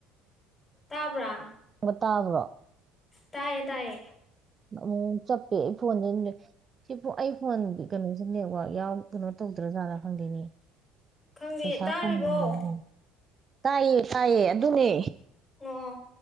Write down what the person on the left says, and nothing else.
ꯇꯥꯕ꯭ꯔꯥ
ꯇꯌꯦ ꯇꯌꯦ
ꯈꯪꯗꯦ
ꯇꯥꯔꯤꯕꯣ
ꯑꯣ